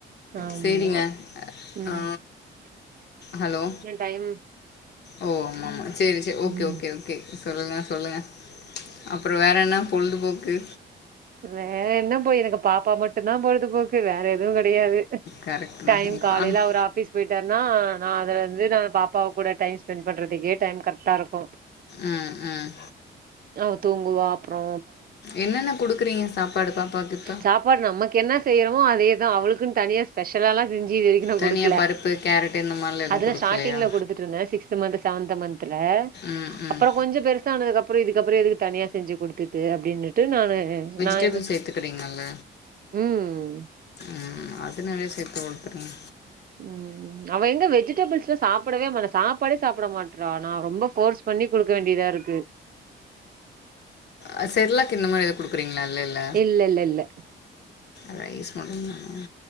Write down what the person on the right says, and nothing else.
ஆமா.
ம்.
இன்னும் டைம்
ம்.
வேற என்ன போய் எனக்கு பாப்பா மட்டுந்தா பொழுது போக் கு வேற எதுவு கெடையாது
டைம்
காலைல
அவுரு ஆஃபிஸ் போயிட்டார்னா நா அதுலந்து நா பாப்பாவ கூட டைம் ஸ்பெண்ட் பண்றதுக்கே டைம் கர்ட்டா இருக்கு
அவ தூங்குவா அப்றோ
சாப்பாடு நமக்கு என்ன செய்யறமோ அதேதா அவுளுக்குன் தனியா ஸ்பெஷலாலா செஞ்சி இது வரிக் கி நா
குடுக்ல
அதுலா
ஸ்டார்டிங்ல குடுத்துட் ட்ருந்தே சிக்ஸ்த்து மந்த்து செவந்த்து மந்த்துல
அப்பறோ கொஞ்ச பெருசானதுக்கப்பறோ இதுக்கப்பறோ எதுக்குத் தனியா செஞ்சு குடுத்துட்டு அப்டினுட்டு நானு நா
என்ன
ம்
ம் அவெ எங்க வெஜிடெபிள்ஸுல சாப்படவே மாடா சாப்பாடே சாப்ட மாட்ரா நா ரொம்ப ஃபோர்ஸ் பண்ணி குடுக்க வேண்டியதாருக்கு
இல்ல இல்ல இல்ல